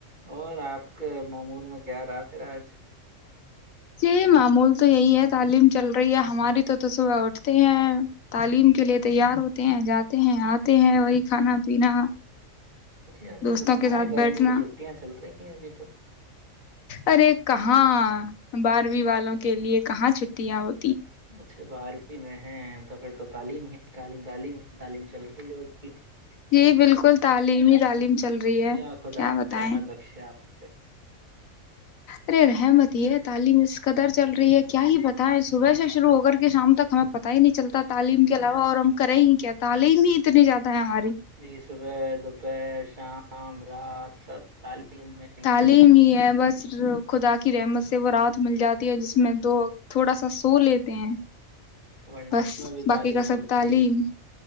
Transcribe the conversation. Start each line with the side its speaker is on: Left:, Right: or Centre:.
Right: اور آپکی معمول میں کیا رات ہے آج
Left: جی معمول تو یہی ہے تعلیم چل رہی ہے ہماری تو تو صبح اٹھتے ہیں تعلیم کے لیے تیار ہوتے ہیں جاتے ہیں آتے ہیں وہی کھانا پینا
Right: جی ہم
Left: دوستوں
Right: نے تو سنا
Left: کے ساتھ
Right: ہے گرمیوں
Left: بیٹھنا
Right: کی چھٹیاں چل رہی ہیں ابھی تو
Left: ارے کہاں بارہویں والوں کے لیے کہاں چھٹیاں ہو
Right: اچھا بارویں میں ہیں تو پھر تو تعلیم ہی تعلیم تعلیم ہی تعلیم چل رہی ہےگی
Left: جی بالکل تعلیم ہی تعلیم چل رہی ہے
Right: یا خدائے
Left: کیا بتائیں
Right: رحمد بخشے آپ <inaudible>
Left: ارے رحمت یہ ہے تعلیم اس قدر چل رہی ہے کیا ہی پتہ ہے صبح سے شروع ہو کر کے شام تک ہمیں پتہ ہی نہیں چلتا تعلیم
Right: جی
Left: کے علاوہ اور ہم کر ہی کیا تعلیم ہی اتنی زیادہ ہے ہماری
Right: جی صبح دوپہر شام رات سب تعلیم میں ہی
Left: تعلیم ہی ہے بس خدا کی رحمت سے وہ رات مل جاتی ہے جس میں تو تھوڑا سا سو لیتے ہیں
Right: ورنہ
Left: بس
Right: اس میں بھی
Left: باقی
Right: تعلیم
Left: کا
Right: ہو
Left: سب
Right: جائے
Left: تعلیم
Right: گی